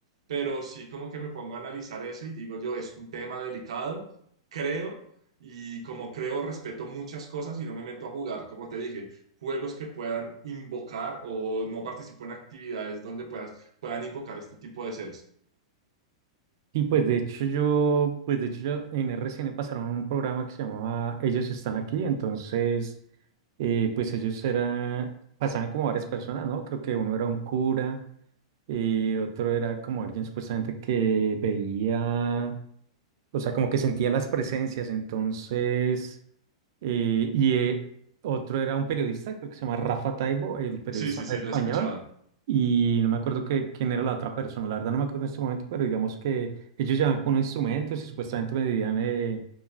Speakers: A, on the right (about 85°); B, on the right (about 40°).
A: Pero sí como que me pongo a analizar eso y digo yo, es un tema delicado, creo, y como creo, respeto muchas cosas y no me meto a jugar, como te dije, juegos que puedan invocar o no participo en actividades donde puedas, puedan invocar este tipo de seres.
B: Y pues de hecho yo, pues de hecho yo en R C N pasaron un programa que se llamaba Ellos están aquí, entonces eh, pues ellos eran, pasaban como varias personas, ¿no? Creo que uno era un cura, eh, otro era como alguien supuestamente que veía, o sea, como que sentía las presencias, entonces Eh, y eh, otro era un periodista, creo que se llama Rafa Taibo, el periodista
A: Sí, sí, sí,
B: español.
A: lo he escuchado.
B: Y no me acuerdo que, quién era la otra persona, la verdad no me acuerdo en este momento, pero digamos que ellos llevaban con unos instrumentos y supuestamente medían eh,